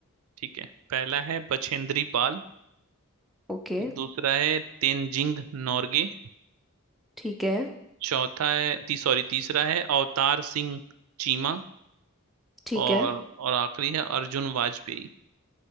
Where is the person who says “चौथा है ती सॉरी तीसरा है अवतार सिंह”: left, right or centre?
Right